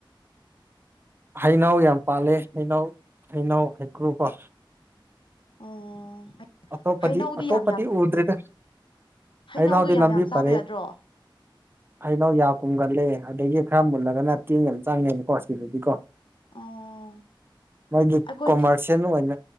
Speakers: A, on the right; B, on the left.
A: ꯍꯩꯅꯧ ꯌꯥꯝ ꯄꯥꯜꯂꯦ ꯍꯩꯅꯧ ꯍꯩꯅꯧ ꯍꯩꯀ꯭ꯔꯨꯕ
B: ꯑꯣ
A: ꯑꯇꯣꯞꯄꯗꯤ
B: ꯍꯩꯅꯧꯗꯤ
A: ꯑꯇꯣꯞꯄꯗꯤ
B: ꯌꯥꯝ ꯌꯥꯝ
A: ꯎꯗ꯭ꯔꯦꯗ
B: ꯍꯩꯅꯧꯗꯣ
A: ꯍꯩꯅꯧꯗꯤ
B: ꯌꯥꯝ
A: ꯂꯝꯕꯤ
B: ꯌꯥꯝ ꯆꯥꯕ
A: ꯄꯔꯦ
B: ꯌꯥꯗ꯭ꯔꯣ
A: ꯍꯩꯅꯧ ꯌꯥ ꯀꯨꯝꯒꯜꯂꯦ ꯑꯗꯒꯤ ꯈꯔ ꯃꯨꯜꯂꯒꯅ ꯇꯤꯟ ꯌꯥꯝ ꯆꯪꯉꯦꯅꯤꯀꯣ ꯁꯤꯗꯗꯤꯀꯣ
B: ꯑꯣ
A: ꯃꯣꯏꯒꯤ
B: ꯑꯩꯈꯣꯏ
A: ꯀꯣꯃꯔꯁꯦꯜ ꯑꯣꯏꯅ